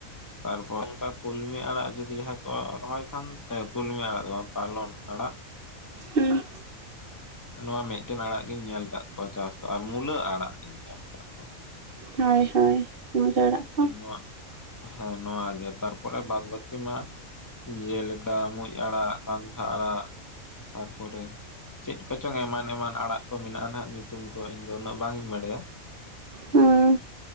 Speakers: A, on the left; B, on the right.
A: ᱛᱟᱨᱯᱚᱨ ᱚᱱᱠᱟ, ᱠᱩᱞᱢᱤ ᱟᱲᱟᱜ ᱡᱩᱫᱤ ᱡᱟᱦᱟᱸᱭ ᱠᱚ ᱨᱚᱦᱚᱭ ᱠᱷᱟᱱ ᱠᱩᱞᱢᱤ ᱟᱲᱟᱜ ᱫᱚ ᱵᱟᱝ ᱯᱟᱞᱚᱱ ᱟᱲᱟᱜ
B: ᱦᱩᱸ
A: ᱱᱚᱣᱟ ᱢᱤᱫᱴᱮᱱ ᱟᱲᱟᱜ ᱜᱤᱧ ᱧᱮᱞ ᱠᱟᱜ ᱯᱚᱨ ᱪᱟᱥ ᱫᱟ ᱟᱨ ᱢᱩᱞᱟᱹ ᱟᱲᱟᱜ ᱤᱧ ᱧᱮᱞ ᱠᱟᱜ ᱠᱚᱣᱟ
B: ᱦᱳᱭ ᱦᱳᱭ ᱢᱩᱱᱜᱟᱹ ᱟᱲᱟᱜ ᱠᱚ
A: ᱱᱚᱣᱟ ᱦᱮᱸ ᱱᱚᱣᱟ ᱜᱮ ᱛᱟᱨᱯᱚᱨᱮ ᱵᱟᱫ ᱵᱟᱹᱠᱤ ᱢᱟ ᱡᱮᱞᱮᱠᱟ ᱢᱩᱸᱡ ᱟᱲᱟᱜ ᱯᱟᱱᱛᱷᱟ ᱟᱲᱟᱜ ᱛᱟᱨᱯᱚᱨᱮ ᱪᱮᱫ ᱠᱚᱪᱚᱝ ᱮᱢᱟᱱ ᱮᱢᱟᱱ ᱟᱲᱟᱜ ᱠᱚ ᱢᱮᱱᱟᱜᱼᱟ ᱱᱟᱦᱟᱜ ᱧᱩ ᱧᱩᱛᱩᱢ ᱠᱚ ᱤᱧ ᱫᱚ ᱩᱱᱟᱹᱜ ᱵᱟᱝ ᱤᱧ ᱵᱟᱲᱟᱭᱟ
B: ᱦᱩᱸ